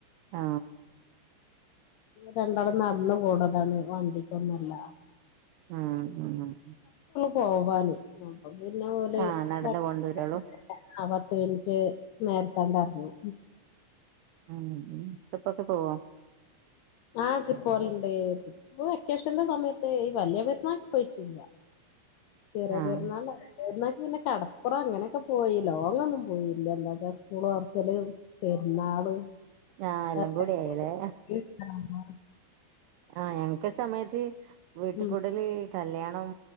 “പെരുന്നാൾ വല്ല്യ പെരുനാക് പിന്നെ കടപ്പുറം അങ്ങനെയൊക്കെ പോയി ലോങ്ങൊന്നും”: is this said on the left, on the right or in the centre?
Left